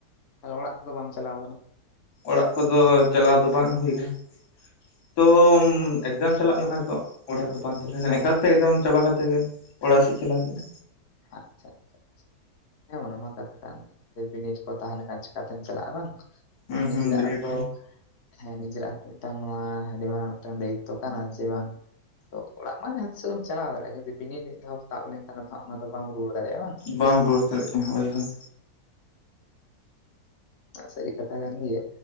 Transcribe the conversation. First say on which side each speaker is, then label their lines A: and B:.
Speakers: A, on the left; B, on the left.
A: ᱚᱲᱟᱜ ᱠᱚᱫᱚ ᱵᱟᱢ ᱪᱟᱞᱟᱣ ᱟᱠᱟᱱᱟ?
B: ᱚᱲᱟᱜ ᱠᱚ ᱫᱚ ᱪᱟᱞᱟᱣ ᱫᱚ ᱵᱟᱝ ᱦᱩᱭ ᱠᱟᱱᱟ ᱛᱚ ᱮᱠᱡᱟᱢ ᱪᱟᱞᱟᱜ ᱠᱟᱱᱟ ᱛᱚ ᱚᱲᱟᱜ ᱫᱚ ᱵᱟᱝ ᱪᱟᱞᱟᱣ ᱦᱩᱭ ᱠᱟᱱᱟ ᱮᱠᱟᱞ ᱛᱮ ᱮᱠᱡᱟᱢ ᱪᱟᱵᱟ ᱠᱟᱛᱮ ᱜᱮ ᱚᱲᱟᱜ ᱥᱮᱫ ᱪᱟᱞᱟᱜ ᱦᱩᱭᱩᱜᱼᱟ
A: ᱟᱪᱪᱷᱟ ᱟᱪᱪᱷᱟ ᱟᱪᱪᱷᱟ ᱦᱮᱸ ᱚᱱᱟ ᱢᱟ ᱠᱟᱛᱷᱟ ᱠᱟᱱ ᱜᱮᱼᱼ ᱵᱤᱱᱤᱰ ᱠᱚ ᱛᱟᱦᱮᱸ ᱞᱮᱱ ᱠᱷᱟᱱ ᱪᱤᱠᱟ ᱛᱮᱢ ᱪᱟᱞᱟᱜᱼᱟ ᱵᱟᱝ ᱱᱚᱣᱟ
B: ᱦᱩᱸ
A: ᱱᱤᱡᱮᱨᱟᱜ
B: ᱦᱩᱸ ᱵᱤᱱᱤᱰ
A: ᱛᱚ ᱦᱮᱸ ᱱᱤᱡᱮᱨᱟᱜ ᱦᱚᱸ ᱛᱚ ᱢᱤᱫᱴᱟᱝ ᱱᱚᱶᱟ ᱟᱹᱰᱤ ᱢᱟᱨᱟᱝ ᱢᱤᱫᱴᱟᱝ ᱫᱟᱭᱤᱛᱛᱚ ᱠᱟᱱᱟ ᱡᱮ ᱵᱟᱝᱼᱼ ᱛᱚ ᱚᱲᱟᱜ ᱢᱟ ᱡᱟᱦᱟᱸ ᱛᱤᱥᱚᱜ ᱜᱮᱢ ᱪᱟᱞᱟᱣ ᱫᱟᱲᱮᱭᱟᱜᱼᱟ ᱡᱩᱥᱤ ᱵᱤᱱᱤᱰ ᱢᱤᱫ ᱫᱷᱟᱣ ᱛᱟᱵ ᱞᱮᱱ ᱠᱷᱟᱱ ᱟᱫᱚ ᱦᱟᱸᱜᱼᱼ ᱟᱫᱚ ᱵᱟᱢ ᱨᱩᱣᱟᱹᱲ ᱫᱟᱲᱮᱭᱟᱜᱼᱟ ᱵᱟᱝ?
B: ᱵᱟᱢ ᱨᱩᱣᱟᱹᱲ ᱫᱟᱲᱮᱭᱟ ᱼᱟ ᱦᱳᱭ ᱦᱳᱭ
A: ᱥᱟᱹᱨᱤ ᱠᱟᱛᱷᱟ ᱠᱟᱱ ᱜᱮᱭᱟ